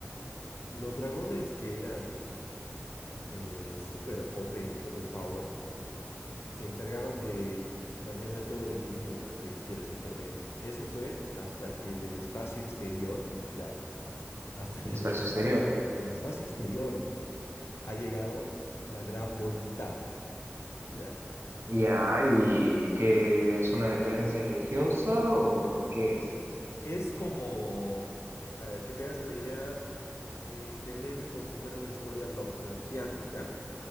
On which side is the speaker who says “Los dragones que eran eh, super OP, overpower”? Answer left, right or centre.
Left